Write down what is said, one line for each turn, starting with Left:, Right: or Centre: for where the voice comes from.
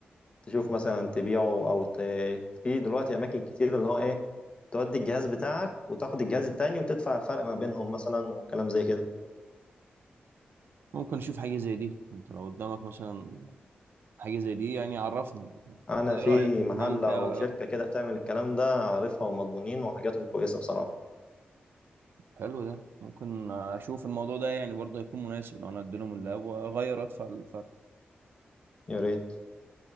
Left: تشوف مثلا تبيعه او ت... في دلوقتي اماكن كتير اللي هو ايه تودي الجهاز بتاعك وتاخد الجهاز التاني وتدفع الفرق ما بينهم مثلا وكلام زي كده
Right: ممكن أشوف حاجة زي دي أنت لو قدامك مثلا حاجة زي دي يعني عرفني قول
Left: انا
Right: لي
Left: في
Right: رأيك ممكن
Left: محل
Right: أعمل
Left: او
Right: كده ولا
Left: شركه
Right: لأ
Left: كده بتعمل الكلام ده عارفها ومضمونين وحاجاتهم كويسه بصراحه
Right: حلو ده ممكن أشوف الموضوع ده يعني برضه هيكون مناسب لو أنا أديلهم اللاب وأغير أدفع الفرق
Left: يا ريت